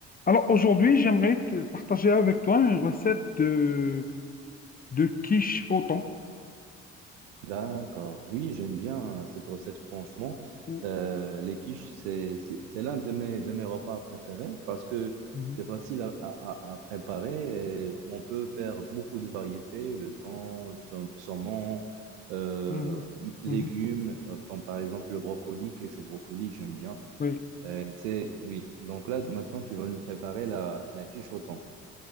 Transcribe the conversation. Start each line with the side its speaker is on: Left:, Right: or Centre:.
Left: Alors aujourd'hui, j'aimerais te partager avec toi une recette de, de quiche au thon.
Right: D'accord. Oui, j'aime bien euh, cette recette, franchement.
Left: Ou-
Right: Euh, les quiches, c'est, c'est, c'est l'un de mes, de mes repas préférés parce que
Left: Mhm,
Right: c'est facile à, à- à préparer et on peut faire beaucoup de variétés, le thon, le sau- saumon, euh,
Left: mhm,
Right: légumes,
Left: mhm.
Right: euh, comme par exemple le brocoli, quiche au brocoli, j'aime bien.
Left: Oui.
Right: Euh, c'est, oui. Donc là, maintenant, tu vas nous préparer la, la quiche au thon.